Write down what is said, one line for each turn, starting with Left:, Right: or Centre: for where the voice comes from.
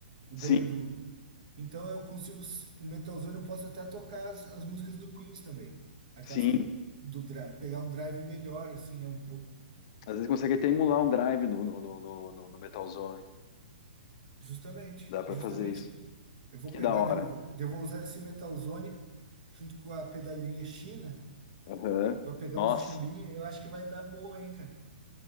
Right: O
Left: Sim,
Right: ganho do Então eu consigo s- o metalzão eu posso até tocar as, as músicas do Queens também. Aquelas
Left: sim.
Right: do, do dra- pegar um drive melhor assim, né, um pouco.
Left: Às vezes consegue até emular um drive no, no, no, no, no- no Metal Zone.
Right: Justamente,
Left: Dá pra
Right: justamente.
Left: fazer isso.
Right: Eu vou
Left: Que
Right: pegar,
Left: da hora.
Right: daí eu vou daí eu vou usar esse Metalzone junto com a pedalinha China
Left: Aham.
Right: para pegar
Left: Nossa.
Right: uns timbrinhos. Eu acho que vai dar boa, hein, cara.